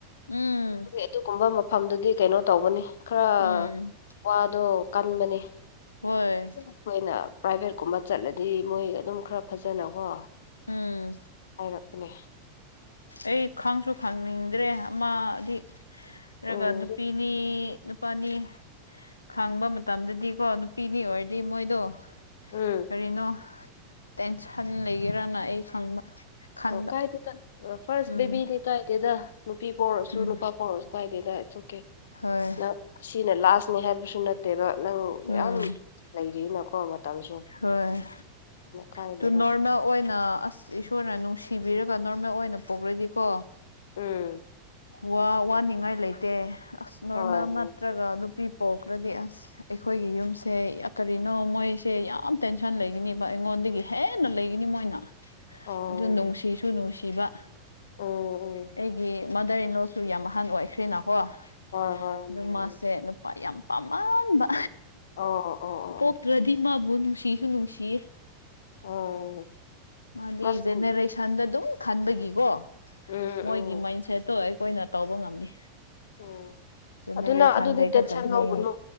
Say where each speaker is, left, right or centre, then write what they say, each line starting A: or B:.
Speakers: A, on the left; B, on the left.
A: ꯎꯝ
B: ꯑꯗꯨꯒꯨꯝꯕ ꯃꯐꯝꯗꯨꯗꯤ ꯀꯩꯅꯣ ꯇꯧꯕꯅꯤ ꯈꯔ
A: ꯎꯝ
B: ꯋꯥꯗꯣ ꯀꯟꯕꯅꯤ
A: ꯍꯣꯏ
B: ꯑꯩꯈꯣꯏꯅ ꯄ꯭ꯔꯥꯏꯚꯦꯠꯀꯨꯝꯕ ꯆꯠꯂꯗꯤ ꯃꯣꯏ ꯑꯗꯨꯝ ꯈꯔ ꯐꯖꯅꯀꯣ
A: ꯎꯝ
B: ꯍꯥꯏꯔꯛꯄꯅꯦ
A: ꯑꯩ ꯈꯪꯁꯨ ꯈꯪꯅꯤꯡꯗ꯭ꯔꯦ ꯑꯃ ꯑꯩꯅꯒ
B: ꯎꯝ
A: ꯅꯨꯄꯤꯅꯤ ꯅꯨꯄꯥꯅꯤ ꯈꯥꯡꯕ ꯃꯇꯝꯗꯗꯤ ꯀꯣ ꯅꯨꯄꯤꯅꯤ ꯑꯣꯏꯔꯗꯤ ꯃꯣꯏꯗꯣ
B: ꯎꯝ
A: ꯀꯔꯤꯅꯣ ꯇꯦꯟꯁꯟ ꯂꯩꯒꯦꯔꯅ ꯑꯩ ꯈꯪꯕ ꯈꯟꯕ
B: ꯑꯣ ꯀꯥꯏꯗꯦ ꯇ ꯐꯔꯁ
A: ꯎꯝ
B: ꯕꯦꯕꯤꯗꯤ ꯀꯥꯏꯗꯦꯗ ꯅꯨꯄꯤ ꯄꯣꯛꯑꯁꯨ
A: ꯎꯝ
B: ꯅꯨꯄꯥ ꯄꯣꯛꯔꯁꯨ ꯀꯥꯏꯗꯦꯗ ꯏꯠꯁ ꯑꯣꯀꯦ
A: ꯍꯣꯏ
B: ꯅꯪ ꯁꯤꯅ ꯂꯥꯁꯅꯦ ꯍꯥꯏꯕꯁꯨ ꯁꯨ ꯅꯠꯇꯦꯕ ꯅꯪ
A: ꯎꯝ
B: ꯌꯥꯝ ꯂꯩꯔꯤꯅꯀꯣ ꯃꯇꯝꯁꯨ
A: ꯍꯣꯏ
B: ꯀꯥꯏꯗ
A: ꯑꯗꯨ
B: <inaudible>
A: ꯅꯣꯔꯃꯦꯜ ꯑꯣꯏꯅ ꯑꯁ ꯏꯁꯣꯔꯅ ꯅꯨꯡꯁꯤꯕꯤꯔꯒ ꯅꯣꯔꯃꯦꯜ ꯑꯣꯏꯅ ꯄꯣꯛꯂꯗꯤꯀꯣ
B: ꯎꯝ
A: ꯋꯥ ꯋꯥꯅꯤꯡꯉꯥꯏ ꯂꯩꯇꯦ ꯑꯁ ꯅꯣꯔꯃꯦꯜ
B: ꯍꯣꯏ
A: ꯅꯠꯇ꯭ꯔꯒ ꯅꯨꯄꯤ ꯄꯣꯛꯈ꯭ꯔꯗꯤ ꯑꯁ ꯑꯩꯈꯣꯏꯒꯤ ꯌꯨꯝꯁꯦ ꯀꯔꯤꯅꯣ ꯃꯣꯏꯁꯦ ꯌꯥꯝ ꯇꯦꯟꯁꯟ ꯂꯩꯒꯅꯦꯕ ꯑꯩꯉꯣꯟꯗꯒꯤ ꯍꯦꯟꯅ ꯂꯩꯒꯅꯤ ꯃꯣꯏꯅ
B: ꯑꯣ
A: ꯑꯗꯨ ꯅꯨꯡꯁꯤꯁꯨ ꯅꯨꯡꯁꯤꯕ
B: ꯎꯝ ꯎꯝ
A: ꯑꯩꯒꯤ ꯃꯥꯗꯔ ꯏꯟꯂꯣꯁꯨ ꯌꯥꯝ ꯑꯍꯟ ꯑꯣꯏꯈ꯭ꯔꯦꯅꯀꯣ ꯑꯗꯨꯃꯁ
B: ꯍꯣꯏ ꯍꯣꯏ ꯎꯝ ꯎꯝ
A: ꯁꯦ ꯅꯨꯄꯥ ꯌꯥꯝ ꯄꯥꯝꯃꯟꯕ
B: ꯑꯣ ꯑꯣ ꯑꯣ
A: ꯄꯣꯛꯇ꯭ꯔꯗꯤ
B: ꯑꯣ
A: ꯃꯥꯕꯨ ꯅꯨꯡꯁꯤꯁꯨ ꯅꯨꯡꯁꯤꯌꯦ
B: ꯎꯝ
A: ꯃꯥꯗꯤ
B: ꯃꯁ
A: ꯖꯦꯅꯦꯔꯦꯁꯟꯗ
B: ꯎꯝ
A: ꯑꯗꯨꯝ ꯈꯟꯕꯒꯤꯀꯣ
B: ꯎꯝ
A: ꯃꯣꯏꯒꯤ ꯃꯥꯏꯟꯁꯦꯠꯇꯣ ꯑꯩꯈꯣꯏꯅ ꯇꯧꯕ ꯉꯝꯅꯤ
B: ꯎꯝ
A: ꯖꯦꯅꯔꯦꯁꯟ
B: ꯑꯗꯨ ꯅꯪ ꯑꯗꯨꯗꯤ
A: ꯂꯩꯒꯗꯕꯅꯦ
B: ꯇꯦꯟꯁꯟ ꯂꯧꯒꯅꯨ